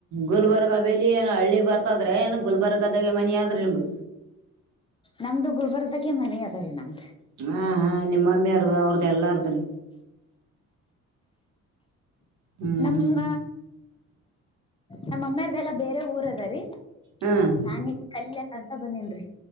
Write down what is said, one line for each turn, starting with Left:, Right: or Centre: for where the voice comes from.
Right: ಗುಲ್ಬರ್ಗ ಬೆಲಿ ಏನ ಹಳ್ಳಿ ಬರ್ತಾದ್ರೆ ಏನ ಗುಲ್ಬರ್ಗದಾಗೆ ಮನಿ ಆದ್ರ ನಿಮ್ದು.
Left: ನಮ್ದು ಗುಲ್ಬರ್ಗ ದಾಗೆ ಮನಿ ಅದ ರೀ ನಮ್ದು.
Right: ಹಾ ಹಾ ನಿಮ್ಮ ಮಮ್ಮಿರದ ಅವ್ರದ್ದು ಎಲ್ಲರ್ ದುರಿ. ಹ್ಮ್
Left: ನಮ್ಮ ನಮ್ಮ ಮಮ್ಮಿರದ್ದ ಎಲ್ಲಾ ಬೇರೆ ಊರ್ ಅದರಿ.
Right: ಹ್ಮ್
Left: ನಾನಿನ್ ಕಲೀಲೆಕ್ಕ ಅಂತ ಬಂದೀನ್ರಿ.